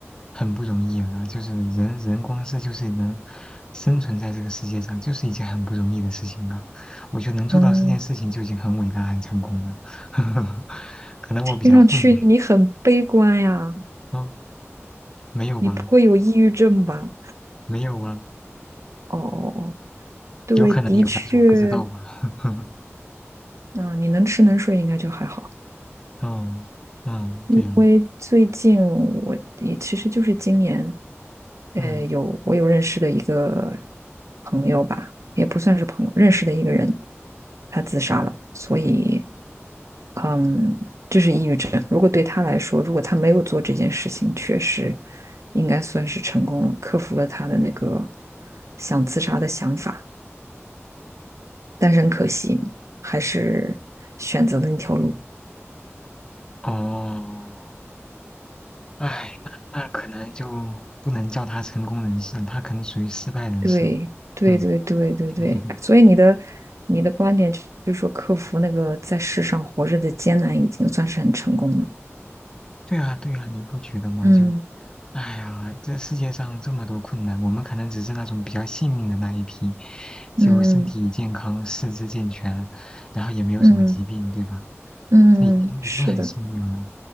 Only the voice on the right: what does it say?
嗯，
听上去你很悲观呀，
你不会有抑郁症吧？
哦哦哦，对，
的确，
啊、你能吃能睡应该就还好。
因为最近我也其实就是今年，
呃，
有我有认识的一个朋友吧，也不算是朋友，认识的一个人，他自杀了，所以，嗯，这是抑郁症。如果对他来说，如果他没有做这件事情，确实应该算是成功了，克服了他的那个想自杀的想法，但是很可惜，还是选择了那条路。
对对对对对对，
所以你的你的观点就是说，克服那个在世上活着的艰难，已经算是很成功了。
嗯
嗯
嗯
嗯是的，